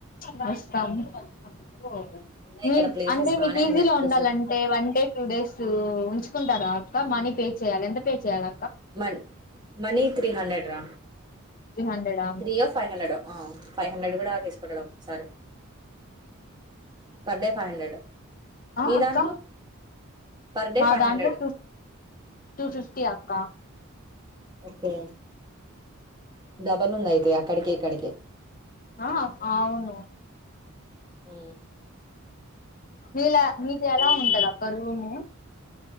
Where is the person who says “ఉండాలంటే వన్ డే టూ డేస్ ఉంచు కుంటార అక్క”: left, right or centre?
Left